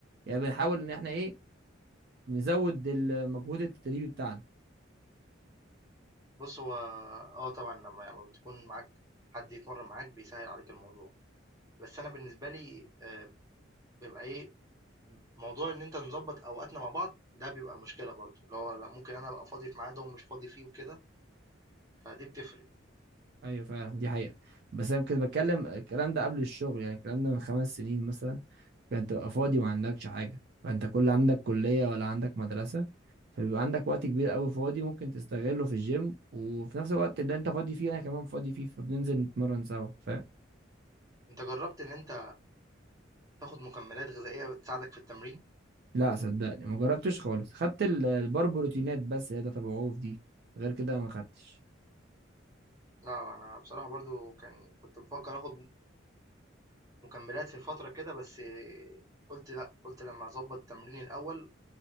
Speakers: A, on the right (about 55°); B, on the right (about 15°).
A: يعني بنحاول ان احنا ايه نزود المجهود التدريبي بتاعنا
B: بص هو اه طبعا لما لما بتكون معاك حد يتمرن معاك بيسهل عليك الموضوع بس انا بالنسبه لي آه، بيبقى ايه موضوع إن أنت نضبّط أوقاتنا مع بعض، ده بيبقى مشكلة برضه، اللي هو لأ ممكن أنا أبقى فاضي في ميعاد وهو مش فاضي فيه وكده، فدي بتفرق.
A: ايوه فعلا دي حقيقة بس انا كنت بتكلم الكلام ده قبل الشغل يعني الكلام ده من خمس سنين مثلا كان تبقى فاضي ما عندكش حاجة فانت كل عندك كلية ولا عندك مدرسة فبيبقى عندك وقت كبير قوي فاضي ممكن تستغله في الجيم وفي نفس الوقت اللي انت فاضي فيه انا كمان فاضي فيه فبننزل نتمرن سوا فاهم
B: أنت جرّبت إن أنت تاخد مكملات غذائية تساعدك في التمرين؟
A: لا صدقني ما جربتش خالص خدت ال- البار بروتينات بس هي ده تبع عوف دي غير كده ما خدتش
B: لأ، أنا بصراحة برضه كان كنت بافكّر آخد مكملات في فترة كده، بس قُلت لأ، قُلت لمّا أضبّط تمريني الأول،